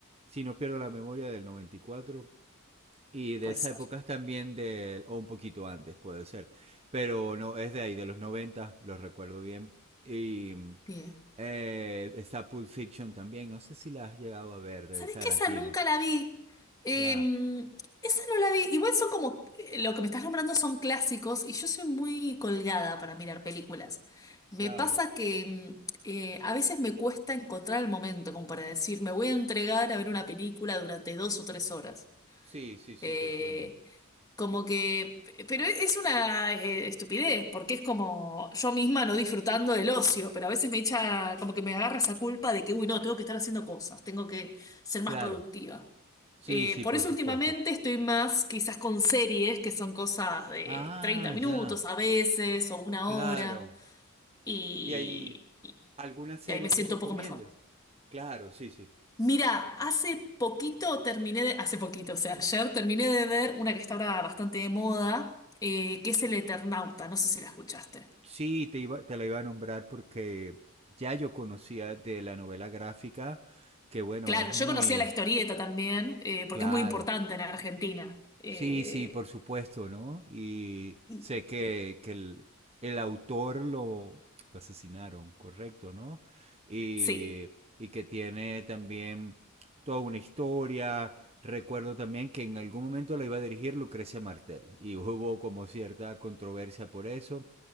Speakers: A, on the right (about 30°); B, on the left (about 20°).
A: Si no pierdo la memoria del noventa Y cuatro y de
B: Puede
A: esa
B: ser.
A: época es también de... o un poquito antes, puede ser. Pero no, es de ahí, de los 90 lo recuerdo bien. Y... mm,
B: Bien.
A: Eh, está Pulp Fiction también, no sé si la has llegado a ver de
B: sabes
A: Tarantino.
B: qué? Esa nunca la vi. Eh,
A: Ya,
B: esa no la vi. Igual son como, eh, lo que me estás nombrando son clásicos y yo soy muy colgada para mirar películas. Me
A: claro.
B: pasa que mm, eh, a veces me cuesta encontrar el momento como para decir, me voy a entregar a ver una película durante dos o tres horas.
A: Sí, sí, sí,
B: Eh,
A: te entiendo.
B: Como que, pero e-, es una eh, estupidez, porque es como yo misma no disfrutando del ocio, pero a veces me echa, como que me agarra esa culpa de que, uy, no, tengo que estar haciendo cosas, tengo que ser
A: Claro.
B: más productiva.
A: Sí,
B: Eh,
A: sí,
B: por
A: por
B: eso
A: supuesto.
B: últimamente estoy más quizás con series, que son cosas de
A: Ah,
B: 30 minutos
A: ya.
B: a veces, o una
A: Claro.
B: hora, y,
A: ¿Y ahí
B: y
A: alguna serie
B: y ahí me siento
A: que recomiendes?
B: un poco mejor.
A: Claro, sí, sí.
B: Mira, hace poquito terminé de, hace poquito, o sea, ayer terminé de ver una que está ahora bastante de moda, eh, que es El Eternauta, no sé si la escuchaste.
A: Sí, te iba, te la iba a nombrar porque ya yo conocía de la novela gráfica, que bueno,
B: Claro,
A: es muy
B: yo conocía la historieta también, eh, porque
A: claro.
B: es muy importante en Argentina. Eh,
A: Sí, sí, por supuesto, ¿no? Y
B: y-
A: sé que, que el, el autor lo, lo asesinaron, correcto, ¿no? Y,
B: sí.
A: y que tiene también toda una historia. Recuerdo también que en algún momento la iba a dirigir Lucrecia Martel y hubo como cierta controversia por eso,